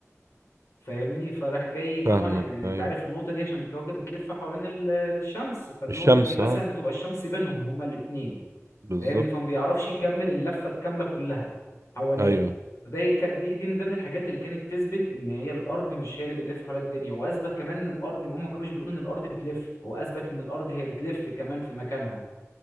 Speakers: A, on the left; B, on the right.
A: فاهمني فراح جاي طبعا
B: فاهمك
A: إن- انت
B: ايوه
A: عارف النقطة دي عشان الكواكب بتلف حوالين ال- الشمس فالنقطة
B: الشمس
A: دي مثلا
B: اه
A: بتبقى الشمس بينهم هما الاتنين
B: بالظبط
A: فاهمني فما بيعرفش يكمل اللفة الكاملة كلها حواليه
B: ايوه
A: فده ي- كانت دي, دي من ضمن الحاجات اللي كانت تثبت ان هي الارض مش هي اللي بتلف حوالين الدنيا واثبت كمان ان الارض هم ما كانوش بيقولوا ان الارض بتلف هو اثبت ان الارض هي بتلف كمان في مكانها